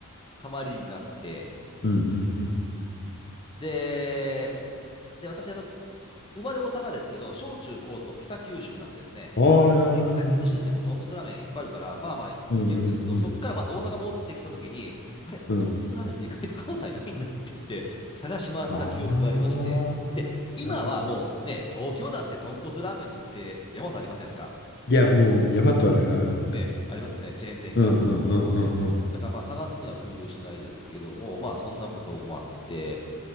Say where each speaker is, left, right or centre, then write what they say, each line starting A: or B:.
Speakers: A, on the left; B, on the left.
A: ハマりになって、
B: うんうんうん。
A: で、で、私、あの、生まれ大阪ですけど、小中高と北九州なんですね。
B: ああ、いやいや
A: で、北九州ってもう豚骨ラーメンいっぱいあるから、まあまあいけるんですけど、
B: うんうんう
A: そっからまた大阪戻ってきた時に、
B: ん。
A: あれ、
B: うん。
A: 豚骨ラーメンって意外と関西ないんだって言って、探し回った記憶がありまして。
B: ああ、
A: で、今はもうね、
B: なるほど。
A: 東京だって豚骨ラーメンの店、山本さんありませんか
B: いや、もう山とある。あ、うん。
A: ね、ありますよね。チェーン店から個人経営まで。
B: うんうんうんうん
A: だからまあ探すには不自由しないですけども、まあそんなこともあって、